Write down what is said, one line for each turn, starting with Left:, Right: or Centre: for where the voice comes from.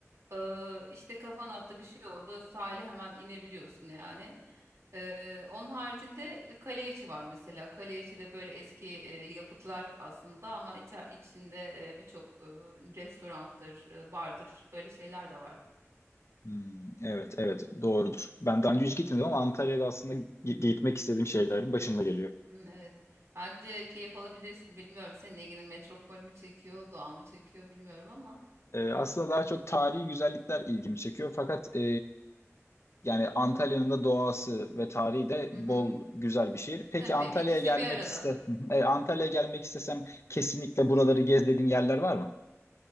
Right: Eee işte kafan attı bir şey oldu sahile hemen inebiliyorsun yani. Ee, onun haricinde kale içi var mesela. Kale içi de böyle eski e, yapıtlar aslında ama içe- içinde e, birçok e, restoranttır, e, bardır öyle şeyler de var.
Left: Hmm, evet evet doğrudur. Ben daha önce hiç gitmedim ama Antalya'da aslında gi- gitmek istediğim şeylerin başında geliyor.
Right: Hmm, evet. Bence keyif alabilirsin. Bilmiyorum senin ilgini metropol mü çekiyor, doğa mı çekiyor bilmiyorum ama.
Left: Ee, aslında daha çok tarihi güzellikler ilgimi çekiyor. Fakat e, yani Antalya'nın da doğası ve tarihi de
Right: Hı
Left: bol
Right: hı.
Left: güzel bir şehir. Peki
Right: Tabii
Left: Antalya'ya
Right: ikisi
Left: gelmek
Right: bir arada.
Left: iste, Hı hı. e, Antalya'ya gelmek istesem kesinlikle buraları gez dediğin yerler var mı?